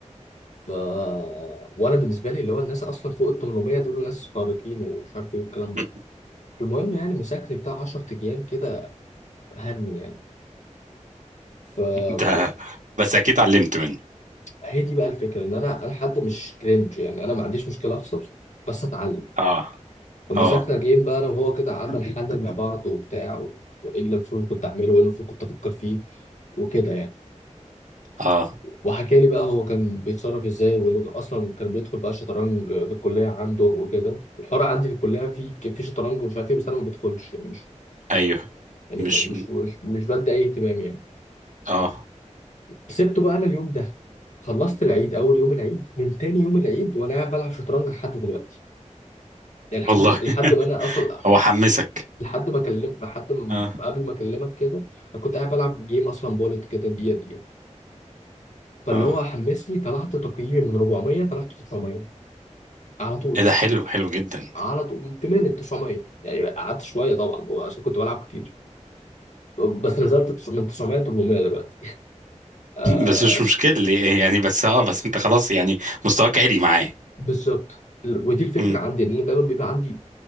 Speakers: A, on the left (about 70°); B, on the right (about 85°).
A: ف وانا بالنسبه لي اللي هو الناس اصلا فوق ال 800 دول ناس خارقين ومش عارف ايه والكلام ده
B: <laughs>
A: فالمهم يعني مساكني بتاع 10 ايام كده هني يعني ف
B: ده بس اكيد علمت منه
A: هي دي بقى الفكره ان انا انا حد مش كرنج يعني انا ما عنديش مشكله اخسر بس اتعلم
B: اه
A: فمساكنا
B: اه
A: جيم بقى انا وهو كده قعدنا نحلل مع بعض وبتاع وايه اللي المفروض كنت اعمله وايه اللي المفروض كنت افكر فيه وكده يعني
B: اه
A: وحكى لي بقى هو كان بيتصرف ازاي وانه اصلا كان بيدخل بقى شطرنج في الكليه عنده وكده الحوار عندي في الكليه في في شطرنج ومش عارف ايه بس انا ما بدخلش يعني مش
B: ايوه
A: يعني
B: مش
A: مش مش, مش بدي اي اهتمام يعني
B: اه
A: سبته بقى انا اليوم ده خلصت العيد اول يوم العيد من تاني يوم العيد وانا قاعد بلعب شطرنج لحد دلوقتي يعني لحد
B: والله
A: لحد
B: <laughs>
A: ما انا اصلا
B: هو حمسك
A: لحد ما اكلم لحد ما
B: اه
A: قبل ما اكلمك كده انا كنت قاعد بلعب جيم اصلا بولت كده دقيقه دقيقه فاللي
B: اه
A: هو حمسني طلعت تقييمي من 400 طلعت 900 على طول
B: ايه ده حلو حلو جدا
A: على طول من 8 ل 900 يعني قعدت شويه طبعا عشان كنت بلعب كتير بس نزلت تس- من 900 ل 800 دلوقتي آه
B: بس مش مشكلة يعني بس اه بس انت خلاص يعني مستواك عالي معاه
A: بالظبط ودي الفكره
B: مم.
A: عندي ان انا دايما بيبقى عندي